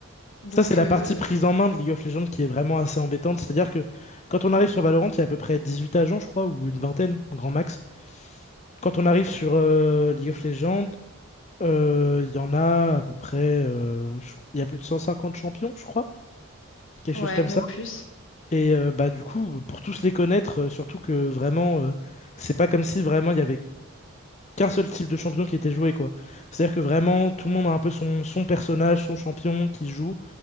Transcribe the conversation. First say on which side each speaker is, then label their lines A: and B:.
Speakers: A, on the left; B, on the left.
A: Donc
B: ça, c'est la
A: euh,
B: partie prise en main de League of Legends qui est vraiment assez embêtante. C'est-à-dire que quand on arrive sur Valorant, il y a à peu près 18 agents, je crois, ou une vingtaine, grand max. Quand on arrive sur euh, League of Legends, Euh, Il y en a à peu près, euh, je- il y a plus de 150 champions, je crois, quelque
A: ouais,
B: chose comme
A: même
B: ça.
A: plus.
B: Et euh, bah du coup, pour tous les connaître, euh, surtout que vraiment, euh, c'est pas comme si vraiment il y avait qu'un seul type de champion qui était joué, quoi. C'est-à-dire que vraiment, tout le monde a un peu son, son personnage, son champion qui joue.